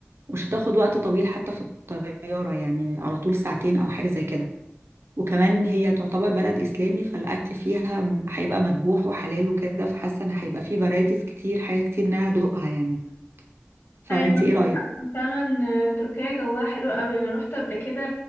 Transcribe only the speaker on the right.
ومش هتاخد وقت طويل حتى في الطيارة يعني على طول ساعتين او حاجة زي كده وكمان هي تعتبر بلد اسلامي فالاكل فيها م- هيبقى مذبوح وحلال وكده فحاسة ان هيبقى فيه فرايتيز كتير حاجة كتير ان انا ادوقها يعني فانتي
ايه رأيك؟